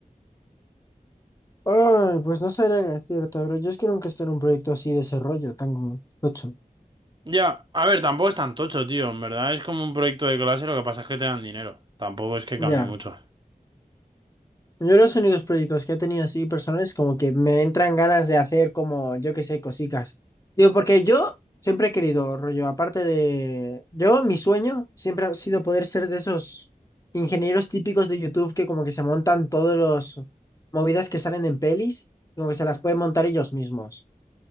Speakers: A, on the left; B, on the right.
A: Ay, pues no sabría qué decirte, bro. Yo es que nunca estoy en un proyecto así de ese rollo, tan tocho.
B: Ya, a ver, tampoco es tan tocho, tío. En verdad es como un proyecto de clase, lo que pasa es que te dan dinero. Tampoco es que
A: Ya.
B: cambie mucho.
A: Yo los únicos proyectos que he tenido así personales como que me entran ganas de hacer como, yo qué sé, cositas. Digo, porque yo siempre he querido, rollo, aparte de... Yo, mi sueño siempre ha sido poder ser de esos ingenieros típicos de YouTube que como que se montan todos los movidas que salen en pelis, como que se las pueden montar ellos mismos.